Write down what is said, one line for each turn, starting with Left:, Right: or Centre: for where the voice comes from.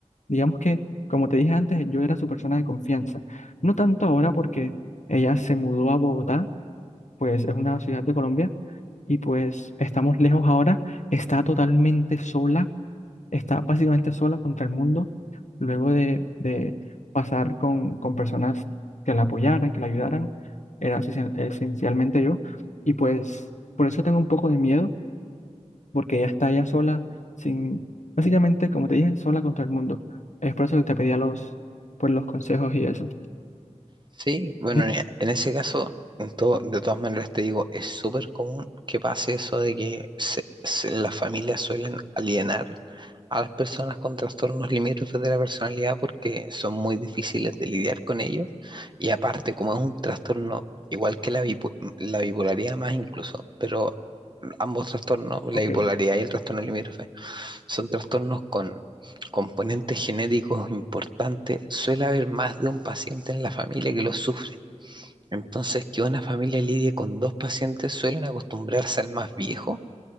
Left: Digamos que, como te dije antes, yo era su persona de confianza. No tanto ahora porque ella se mudó a Bogotá pues es una ciudad de Colombia y pues estamos lejos ahora, está totalmente sola, está básicamente sola contra el mundo, luego de, de pasar con, con personas que la apoyaran, que la ayudaran, era esencial- esencialmente yo, y pues por eso tengo un poco de miedo, porque ella está ya sola, sin, básicamente, como te dije, sola contra el mundo. Es por eso que te pedía los, pues, los consejos y eso.
Right: Sí, bueno,
Left: Sí.
Right: en en ese caso, en todo-
Left: Ah,
Right: de todas maneras te digo, es súper común que pase eso de que se- se- las familias suelen alienar a las personas con trastornos limítrofes de la personalidad porque son muy difíciles de lidiar con ellos y aparte como es un trastorno igual que la, bipo- la bipolaridad más incluso, pero ambos trastornos,
Left: ok,
Right: la bipolaridad y el trastorno limítrofe, son trastornos con componentes genéticos importantes, suele haber más de un paciente en la familia que lo sufre. Entonces, que una familia lidie con dos pacientes suelen acostumbrarse al más viejo